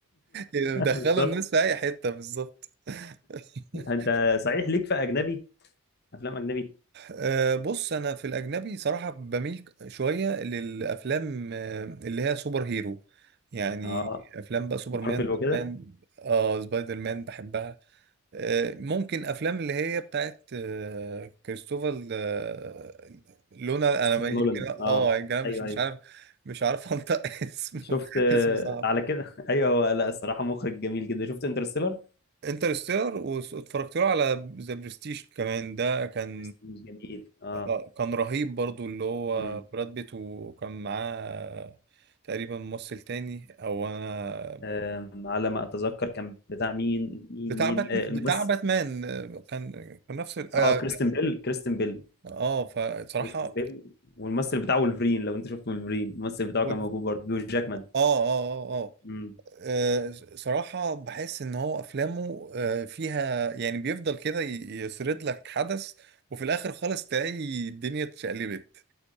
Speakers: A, on the right; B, on the left.
A: مدخلوا
B: بالظبط
A: <laughs> الناس في اي حتة بالظبط <laughs>
B: انت صحيح ليك في اجنبي افلام اجنبي
A: أه بص انا في الاجنبي صراحه بميل شويه للافلام أه، اللي هي سوبر هيرو يعني
B: اه
A: افلام بقى سوبر
B: مارفل
A: مان
B: وكده
A: مان اه سبايدر مان بحبها أه ممكن افلام اللي هي بتاعت أه كريستوفر أه لونا
B: كريستوفر
A: انا ما
B: نولان
A: كده اه
B: اه
A: يعني أنا مش
B: ايوه
A: مش
B: ايوه
A: عارف مش عارف انطق <laughs> اسمه
B: شفت آه،
A: اسمه صعب
B: على كده <laughs> ايوه هو لا الصراحه مخرج جميل جدا شفت انترستيلر
A: انترستيلر واتفرجت له على ذا برستيج كمان ده كان
B: برستيج جميل اه
A: آه، آه، كان رهيب برضو اللي هو
B: مم.
A: براد بيت وكان معاه تقريبا ممثل تاني او انا
B: آم، على ما اتذكر كان بتاع مين مين
A: بتاع
B: مين
A: باتمان
B: آه، الممثل
A: بتاع باتمان آه، كان كان نفس ال-
B: اه
A: اه
B: كريستن بيل كريستن بيل
A: آه، فصراحة
B: كريستن بيل والممثل بتاعه ولفرين لو انت شفت ولفرين الممثل بتاعه
A: و-
B: كان
A: اه
B: موجود برضه بيو جاكمان
A: اه اه اه
B: مم.
A: آه، صراحة بحس ان هو افلامه آه، فيها يعني بيفضل كده ي- يسرد لك حدث وفي الاخر خالص تلاقي الدنيا اتشقلبت